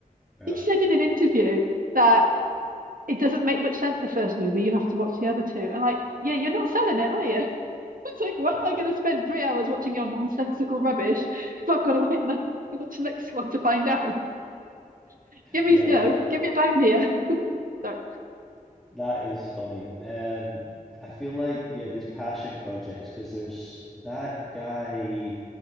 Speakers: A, in the centre; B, on the right (about 65°).
A: Yeah.
B: he said in an interview that it doesn't make much sense. The first movie, you have to watch the other two, and like yeah, you're not selling it, are you? <laughs> It's like, why am
A: <laughs>
B: I going to spend three hours watching your nonsensical rubbish if I've got to wait and <laughs> watch the next one to find out? <laughs> Give me,
A: Yeah,
B: you
A: that
B: know, give me a bone here. <laughs> Sorry.
A: that is funny. Um, I feel like yeah, these passion projects because there's that guy